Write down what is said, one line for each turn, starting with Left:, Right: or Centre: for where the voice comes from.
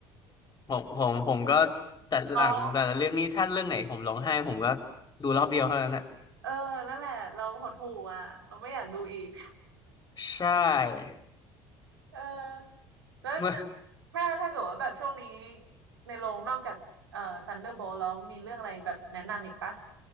Left: ผมผมผมก็แต่หลังแต่ละเรื่องนี้ถ้าเรื่องไหนผมร้องไห้ผมก็
Right: ๆอ๋อ <laughs>
Left: ดูรอบเดียวเท่านั้นอ่ะ
Right: เออนั่นแหละเราหดหู่อ่ะเราไม่อยากดูอีก
Left: ใช่
Right: เออแล้วแบบถ้าถ้าเกิดว่าแบบช่วงนี้
Left: <laughs> เมื่อ
Right: ในโรงนอกจากเอ่อ Thunderbolt แล้วมีเรื่องอะไรแบบแนะนำอีกปะ